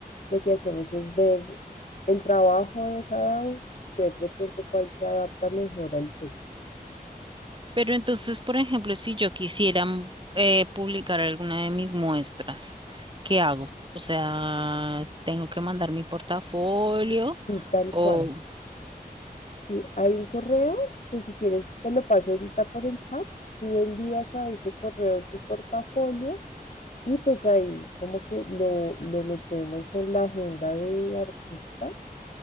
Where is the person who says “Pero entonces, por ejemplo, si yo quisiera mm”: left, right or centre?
Right